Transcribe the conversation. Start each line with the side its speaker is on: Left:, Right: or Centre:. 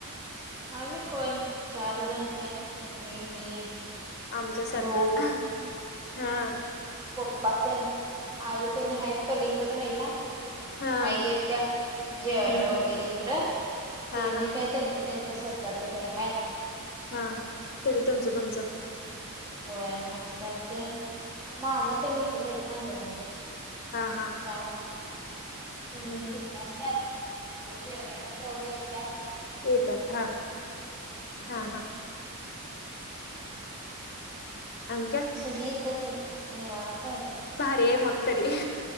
Right: आम्ही कोण चार जण आहे मम्मी मी
Left: आमच्या सारखंच
Right: भाऊ
Left: हा
Right: प प्पा त्येन आईतेन आहेत पलीकड राहायला
Left: हा
Right: आई येत्या जेवायला
Left: हम्म
Right: वगैरे इकडं
Left: हा
Right: तेने
Left: हा
Right: काय त्यांचं त्यांच स्वतःच घर आहे
Left: हा तुम्ही तुमच तुमच
Right: होय आमचं आमचं मामा ते हितच आहेत ना जवळ
Left: हा हा
Right: त्या मुळ त्यांनी
Left: हम्म हम्म
Right: तिक असतत फ जेवायना तेवढ्या येत्या <inaudible>
Left: येतात हा
Right: हम्म
Left: हा हा आणि काय
Right: सगळी येतच आहेत निवांत आहे बघ.
Left: भारी आहे मग तरी